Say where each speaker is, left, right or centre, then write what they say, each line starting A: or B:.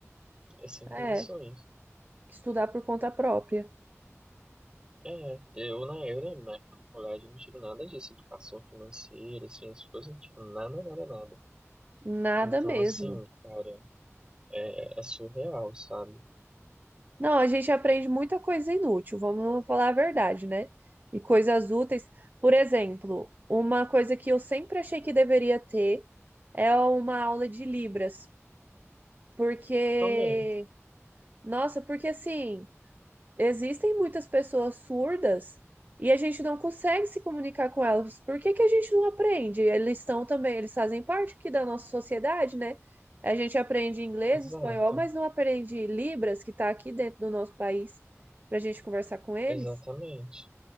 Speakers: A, on the right; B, on the right.
A: É sem
B: é.
A: condições.
B: Estudar por conta própria.
A: É, eu, né, eu lembro na época do colégio, não tive nada disso, educação financeira, assim, essas coisas, tipo, nada, nada, nada.
B: Nada
A: Então,
B: mesmo.
A: assim, cara, é, é surreal, sabe?
B: Não, a gente aprende muita coisa inútil, vamos falar a verdade, né? E coisas úteis. Por exemplo, uma coisa que eu sempre achei que deveria ter é uma aula de Libras, porque,
A: Também,
B: nossa, porque assim. Existem muitas pessoas surdas e a gente não consegue se comunicar com elas. Por que que a gente não aprende? Eles estão também, eles fazem parte aqui da nossa sociedade, né? A gente aprende inglês,
A: exato,
B: espanhol, mas não aprende Libras, que está aqui dentro do nosso país, para a gente conversar com eles.
A: exatamente.